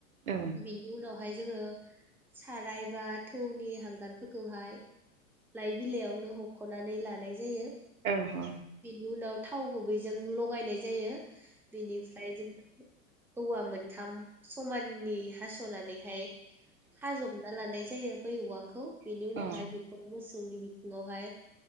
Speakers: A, on the right; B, in the centre.
A: औ
B: बेन बेनिन उनावहाय जोङो साराय बा थौनि हांगारफोरखौहाय लाइ बिलाइयावनो हख'नानै लानाय जायो।
A: ओं ह
B: बिनि उनाव थाव गुबैजों लगायनाय जायो बेनिफ्राय जों औवा मोनथाम समाननि हास'नानैहाय खाजब ना लानाय जायो बै औवाखौ बेनि
A: उम
B: उनावहाय बेखौ मोसौनि बि उनावहाय